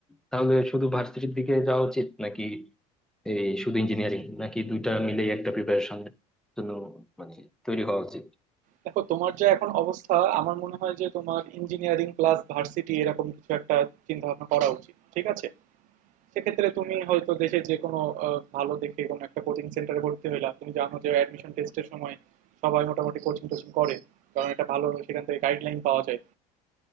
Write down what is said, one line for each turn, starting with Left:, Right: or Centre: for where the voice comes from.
Centre: তাহলে শুধু ভার্সিটির দিকে যাওয়া উচিত নাকি এই শুধু ইঞ্জিনিয়ারিং নাকি দুইটা মিলেই একটা প্রিপারেশন জন্য মানে তৈরি হওয়া উচিত
Right: দেখো তোমার যা এখন অবস্থা আমার মনে হয় যে তোমার ইঞ্জিনিয়ারিং প্লাস ভার্সিটি এরকম কিছু একটা চিন্তা ভাবনা করা উচিত। ঠিক আছে? সেক্ষেত্রে তুমি হয়তো দেশের যে কোনো আ ভালো দেখে কোনো একটা কোচিং সেন্টারে ভর্তি হইলা। তুমি জানো যে অ্যাডমিশন টেস্টের সময় সবাই মোটামুটি কোচিং-টোচিং করে। কারণ একটা ভালো সেখান থেকে গাইডলাইন পাওয়া যায়।